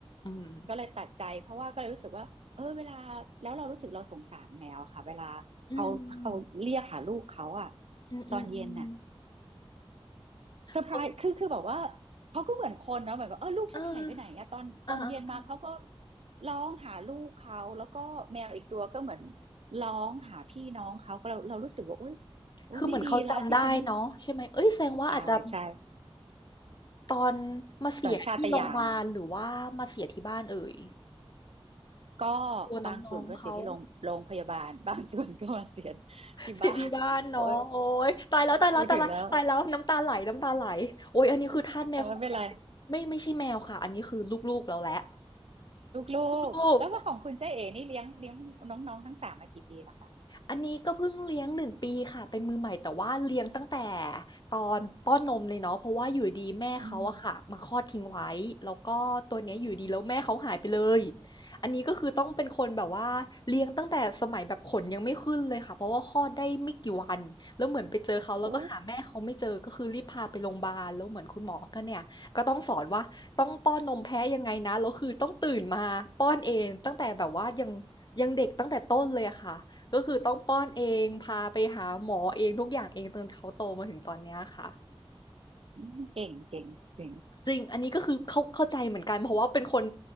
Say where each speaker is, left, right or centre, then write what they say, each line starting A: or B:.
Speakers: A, on the left; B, on the right.
A: อืม
B: ก็เลยตัดใจเพราะว่าก็เลยรู้สึกว่าเออเวลาแล้วเรารู้สึกเราสงสารแมวค่ะเวลาเขาเขาเรียกหาลูกเขาอะ
A: อืมอืมอืมอืม
B: ตอนเย็นน่ะ
A: เขา
B: เซอร์ไพรส์คือคือแบบว่าเขาก็เหมือนคนเนาะเหมือนกับเออลูกฉันหายไปไหนอะตอนตอนเย็นมาเขาก็
A: อ่าอ่าอ่าอ่า
B: ร้องหาลูกเขาแล้วก็แมวอีกตัวก็เหมือนร้องหาพี่น้องเขาก็เราเรารู้สึกว่าโอ๊ยโอ๊ยไม่ดีแล้วที่ฉัน
A: คือเหมือนเขาจำได้เนาะใช่ไหมเอ้ยแสดงว่าอาจจะ
B: ใช่ใช่
A: ตอนมาเสียที่โรงพยาบาลหรือว่ามาเสียที่บ้านเอ่ย
B: สัญชาตญาณก็
A: ตัวน้องๆเขา
B: บางส่วนก็เสียที่โรงโรงพยาบาล <laughs> บางส่วนก็มาเสียที่บ้าน
A: เสียที่บ้านเนาะโอ๊ยตายแล้วตายแล้วตายแล้วตายแล้วน้ำตาไหลน้ำตาไหลโอ๊ยอันนี้คือทาสแมวของแท้
B: <laughs> โอ๊ยพูดถึงแล้วแต่ไม่เป็นไร
A: ไม่ไม่ใช่แมวค่ะอันนี้คือลูกๆเราแล้ว
B: ลูกๆแล้วว่าของคุณเจ๊เอ๋นี่เลี้ยงเลี้ยงน้องๆทั้งสามมากี่ปีแล้วคะ
A: ลูก อันนี้ก็เพิ่งเลี้ยง1ปีค่ะเป็นมือใหม่แต่ว่าเลี้ยงตั้งแต่ตอนป้อนนมเลยเนาะเพราะว่าอยู่ดีแม่เขาอะค่ะมาคลอดทิ้งไว้แล้วก็ตัวเนี้ยอยู่ดีแล้วแม่เขาหายไปเลย
B: อืม
A: อันนี้ก็คือต้องเป็นคนแบบว่าเลี้ยงตั้งแต่สมัยแบบขนยังไม่ขึ้นเลยค่ะเพราะว่าคลอดได้ไม่กี่วันแล้วเหมือนไปเจอเขาแล้วก็หาแม่เขาไม่เจอก็คือรีบพาไปโรงพยาบาลแล้วเหมือนคุณหมอก็เนี่ยก็ต้องสอนว่าต้องป้อนนมแพ้ยังไงนะแล้วคือต้องตื่นมาป้อนเองตั้งแต่แบบว่ายัง
B: โอ้
A: ยังเด็กตั้งแต่ต้นเลยอะค่ะ ก็คือต้องป้อนเอง พาไปหาหมอเองทุกอย่างเองจนเขาโตมาถึงตอนเนี้ยค่ะ
B: อืมเก่งเก่งเก่ง
A: จริงอันนี้ก็คือเข้าเข้าใจเหมือนกันเพราะว่าเป็นคน